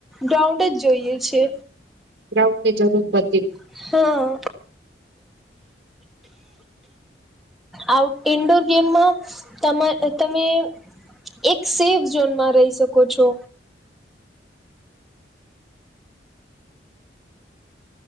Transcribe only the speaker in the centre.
ગ્રાઉન્ડ જ જોઈએ છે.
હન. આઉટ ઇન્ડોર ગેમમાં તમા તમે એક સેફ ઝોનમાં રઈ શકો છો.